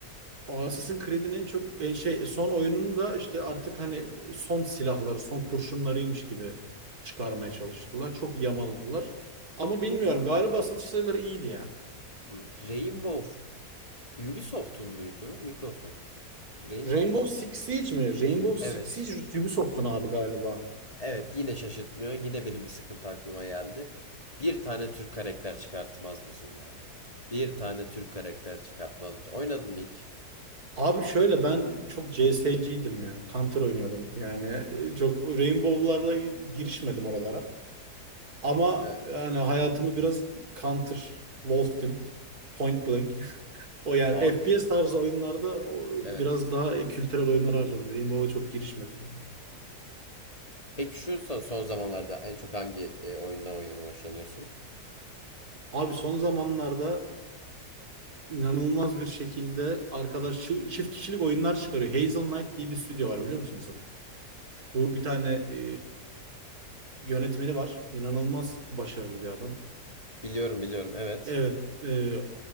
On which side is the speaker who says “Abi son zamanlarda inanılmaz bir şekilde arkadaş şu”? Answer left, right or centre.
Right